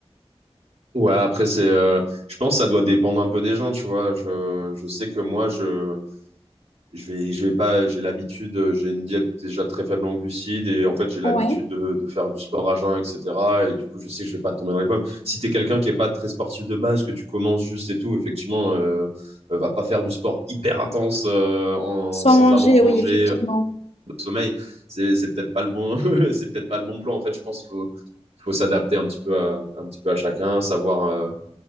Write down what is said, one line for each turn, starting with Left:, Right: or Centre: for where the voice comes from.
Right: Ouais, après c'est, euh, je pense que ça doit dépendre un peu des gens, tu vois. Je, je sais que moi je, je vais, je vais pas, j'ai l'habitude, euh, j'ai une diète déjà très faible en glucides et en fait j'ai l'habitude
Left: Ouais.
Right: de, de faire du sport à jeun, etc. Et du coup je sais que je vais pas tomber dans les pommes. Si t'es quelqu'un qui est pas très sportif de base, que tu commences juste et tout, effectivement, euh, euh, va pas faire du sport hyper intense euh, en,
Left: Soit
Right: sans
Left: manger,
Right: avoir mangé
Left: oui, effectivement.
Right: euh, de sommeil. C'est, c'est peut-être pas le bon, <laughs> c'est peut-être pas le bon plan. En fait, je pense qu'il faut, faut s'adapter un petit peu à, un petit peu à chacun, savoir. euh,